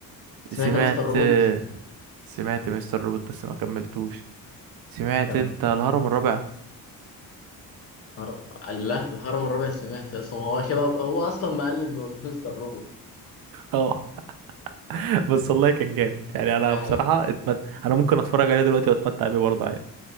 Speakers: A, on the left; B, on the right.
A: سمعت
B: سمعت
A: مستر روبوت
B: سمعت مستر روبوت بس ما كملتوش سمعت
A: كم
B: انت الهرم الرابع
A: هرم الله الهرم الرابع سمعت اصلا هو شباب هو اصلا مقلد من مستر روبوت
B: اه <laughs> بس والله كان جامد يعني انا
A: ده حقيقة
B: بصراحه اتمت... انا ممكن اتفرج عليه دلوقتي واتمتع بيه برضه عادي